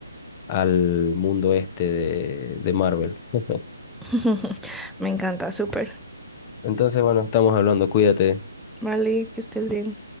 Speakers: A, on the left (about 25°); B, in the centre.
A: al mundo este de, de Marvel. <laughs>
B: <laughs> Me encanta, súper.
A: Entonces, bueno, estamos hablando, cuídate.
B: Vale, que estés bien.